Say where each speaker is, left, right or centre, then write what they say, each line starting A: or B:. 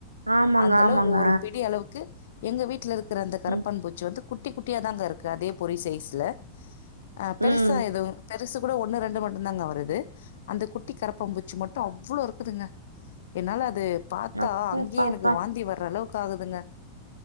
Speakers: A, on the right; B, on the left.
A: ஆமாங்க
B: அந்தளவு
A: ஆமாங்க
B: ஒரு பிடி அளவுக்கு எங்க வீட்ல இருக் யிருக்கிற அந்த கரப்பான்
A: ம்
B: பூச்சி வந்து குட்டி குட்டியாக தாங்க இருக்கு அதே பொறி சைஸ்ல ஆ பெருசா
A: ம்
B: எதுவும் பெர் ட்ரெஸு கூட ஒண்ணு ரெண்டு மட்டுதாங்க வருது அந்த குட்டி கரப்பாபூச்சி மட்டு அவ்ளோ இருக் குதுங்க என்னால அது பாத்தா
A: அப்பப்பப்பா
B: அங்கேயே எனக்கு வாந்தி வர அளவுக்கு ஆகுதுங்க